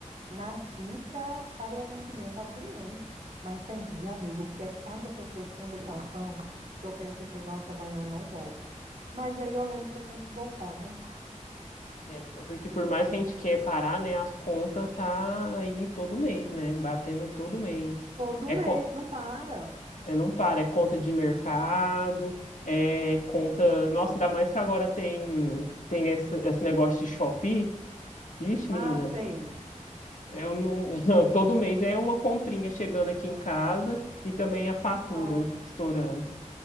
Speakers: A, on the right; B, on the left.
A: nasci pra, para o atendimento ao cliente. Mas tem dia, amigo, que é cada pessoa sem educação, que eu penso assim, nossa, amanhã eu não volto. Mas aí eu lembro que eu tenho que voltar, né?
B: É, porque por mais que a gente quer parar, né, as contas tá aí todo mês, né? Batendo todo mês.
A: Todo
B: É,
A: mês,
B: co-
A: não para.
B: é não para, é conta de mercado, é conta. Nossa, ainda mais que agora tem, tem esse, esse negócio de Shopee. Ixi,
A: Ah,
B: menina,
A: sei.
B: eu não... <laughs> todo mês é uma comprinha chegando aqui em casa e também a fatura
A: Nossa,
B: estourando.